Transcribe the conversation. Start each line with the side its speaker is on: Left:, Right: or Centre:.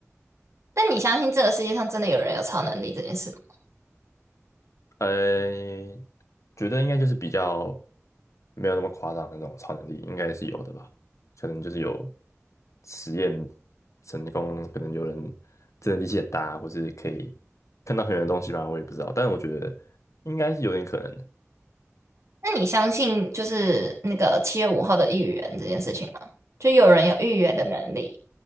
Right: 但你相信这个世界上真的有人有超能力这件事吗？
Left: 呃，觉得应该就是比较没有那么夸张的那种超能力，应该是有的吧？可能就是有实验成功，可能有人真的力气很大，或是可以看到很远的东西吧，我也不知道。但我觉得应该是有点可能的。
Right: 那你相信就是那个七月五号的预言这件事情吗？就有人有预言的能力？